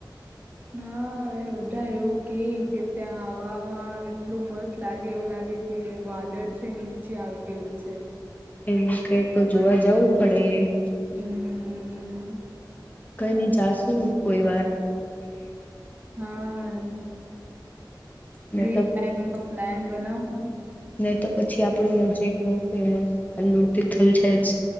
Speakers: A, on the right; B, on the left.
A: હા, એ બધા એવું કે, કે ત્યાં એટલું મસ્ત લાગે એવું લાગે- કે વાદળ છે, નીચે આવી ગયેલું છે.
B: એમ? કંઈ તો જોવા જવું પડે. -
A: હું.
B: કોઈની, જાશું કોઈવાર.
A: હા ફ્રી
B: ને
A: ટાઈમ મા પ્લાન બનાવું હું-
B: નેતો પછી, આપણું નજીક નું ફેમસ આલુ તિથલ છે જ.